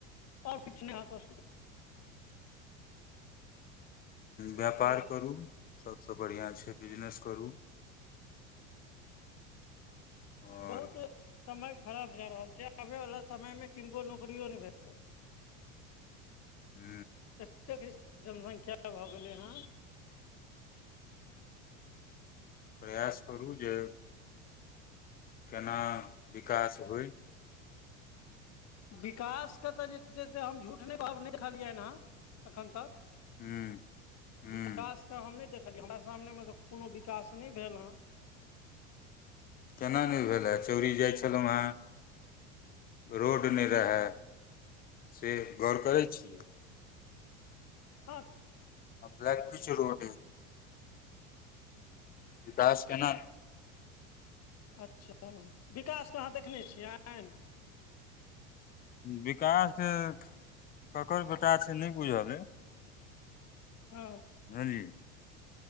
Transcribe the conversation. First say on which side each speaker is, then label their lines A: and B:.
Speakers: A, on the left; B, on the left.
A: आओरछु नहिहाँ
B: व्यापार
A: बुझलियै
B: करू सबसँ बढ़िआँ छै बिजनेस करू आओर
A: बहुत समय खराब जा रहल छै आबे वालला समय मे किनको नौकियो नहि भेटतै <inaudible>
B: हू
A: एतेक जनसंख्या भऽ गेलै हँ
B: प्रयास करू जे केना विकास होइ
A: विकासके तऽ जे छै से हम झूठ नहि कहब नहि देखलियनि हँ एखन तक
B: ह्म ह्म
A: विकास तऽ हम नहि देखलियै हमरा सामनेमे तऽ कोनो विकास नहि भेल हेँ
B: केना नहि भेले चौरी जाइ छलौँ हेँ रोड नहि रहै से गौर करै छी
A: हँ
B: आ ब्लैक पिच रोड विकास केना
A: अच्छा विकासके अहाँ देखने छियै आ
B: विकास ककर बेटा छै नहि बुझल अइ
A: हँ
B: ह जी